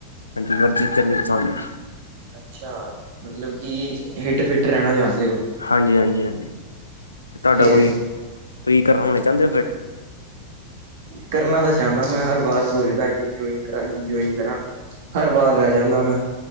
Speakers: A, on the left; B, on the right.
A: ਹਾਂਜੀ ਵਰਜਿਸ਼ ਕਰਨੀ ਪਸੰਦ।
B: ਅੱਛਾ, ਮਤਲਬ ਕਿ ਹਿੱਟ ਫਿੱਟ ਰਹਿਣਾ ਚਾਹੁੰਦੇ ਹੋ।
A: ਹਾਂਜੀ, ਹਾਂਜੀ, ਹਾਂਜੀ ਤੁਹਾਡਾ
B: ਫੇਰ
A: ਕੋਈ ਤੁਸੀਂ ਹੋਣਾ ਚਾਹੁੰਦੇ ਹੋ ਫਿਟ?
B: ਕਰਨਾ ਤਾਂ ਚਾਹੁੰਦਾ ਮੈਂ, ਹਰ ਵਾਰ ਸੋਚਦਾ ਜਿੰਮ ਜੋਇਨ ਕਰਾਂ ਜਿੰਮ ਜਇਨ ਕਰਾਂ। ਹਰ ਵਾਰ ਰਹਿ ਜਾਂਦਾ ਮੈਂ